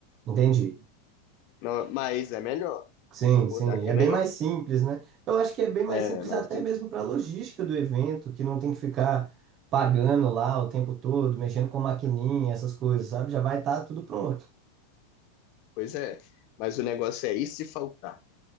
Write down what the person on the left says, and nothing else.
Não, mas é melhor.
Vou concordar
que
é melhor.
É,
mas
sim,
pois é. Mas o negócio é, e se faltar?